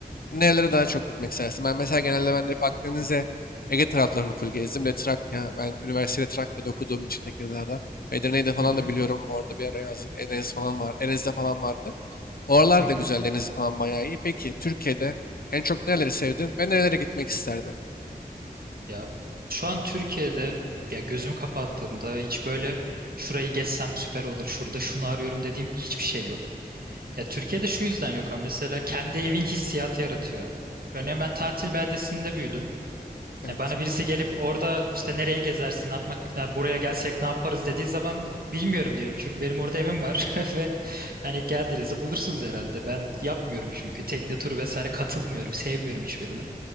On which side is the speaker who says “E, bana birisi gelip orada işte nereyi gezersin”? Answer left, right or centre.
Right